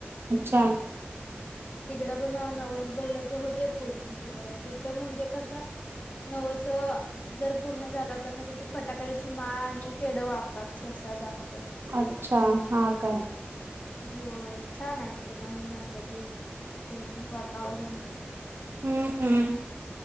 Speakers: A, on the right; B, on the left.
A: अच्छा
B: तिकडं पण नवस बोललाय की होते पूर्ण सगळं तिथं म्हणजे कस नवस जर पूर्ण झाला तर मग तिथ फटाकडची माळ आणि पेढ वाटतात सहसा जास्त
A: अच्छा हा काय
B: हो छान आहे तिथं पण गणपती तेन वातावरण
A: हम्म हम्म